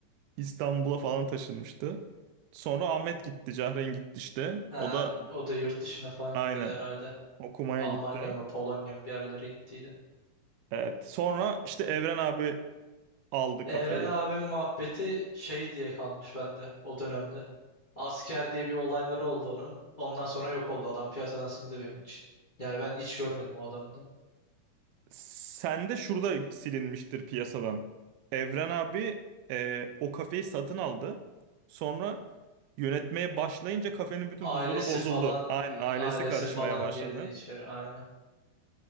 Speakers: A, on the right; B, on the left.
A: İstanbul'a falan taşınmıştı. Sonra Ahmet gitti, Cahren gitti işte.
B: Ha,
A: O da
B: o da yurt dışına falan
A: aynen
B: gitti de herhalde.
A: okumaya
B: Almanya
A: gitti.
B: mı Polonya mı bir yerlere gittiydi.
A: Evet. Sonra işte Evren abi aldı
B: Evren
A: kafeyi.
B: abim muhabbeti şey diye kalmış bende o dönemde. Asker diye bir olayları oldu onun. Ondan sonra yok oldu adam. Piyasadan silindi benim için. Yani ben hiç görmedim o adamı da.
A: Sen de şurada silinmiştir piyasadan. Evren abi e, o kafeyi satın aldı. Sonra yönetmeye başlayınca kafenin bütün
B: Ailesi
A: huzuru bozuldu.
B: falan
A: Aynen
B: e, e,
A: ailesi
B: ailesi
A: karışmaya
B: falan
A: başladı.
B: girdi içeri aynen.